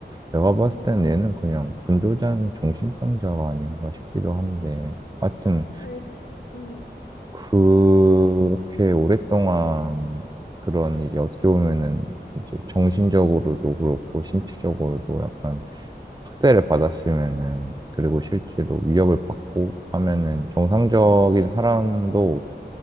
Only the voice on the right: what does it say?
내가
봤을 때는 얘는 그냥 분조장 정신병자가 아닌가 싶기도 한데 하여튼
그렇게 오랫동안 그런 이제 어떻게 보면은 이제 정신적으로도 그렇고 신체적으로도 약간 학대를 받았으면은, 그리고 실제로 위협을 받고 하면은 정상적인 사람도,